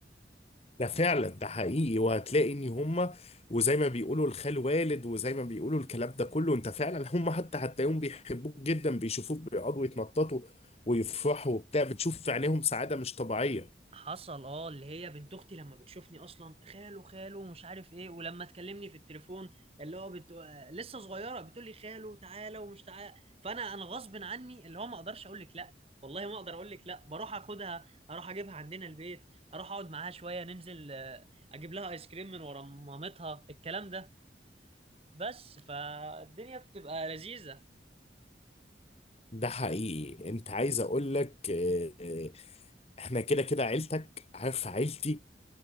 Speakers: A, on the left; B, on the right.
A: ده فعلا ده حقيقي وهتلاقي ان هم وزي ما بيقولوا الخال والد وزي ما بيقولوا الكلام ده كله انت فعلا هم حتى هتلاقيهم بيحبوك جدا بيشوفوك بيقعدوا يتنططوا ويفرحوا وبتاع بتشوف في عينيهم سعادة مش طبيعية
B: حصل اه اللي هي بنت اختي لما بتشوفني اصلا خاله خاله مش عارف ايه ولما تكلمني في التليفون اللي هو بت... آه، لسه صغيره بتقول لي خاله تعالى ومش تعالى فانا انا غصب عني اللي هو ما اقدرش اقول لك لا والله ما اقدر اقول لك لا بروح اخدها اروح اجيبها عندنا البيت اروح اقعد معاها شويه ننزل آه، اجيب لها ايس كريم من ورا مامتها الكلام ده بس فالدنيا بتبقى لذيذه
A: ده حقيقي انت عايز اقول لك اه، اه، احنا كده كده عيلتك عارف عيلتي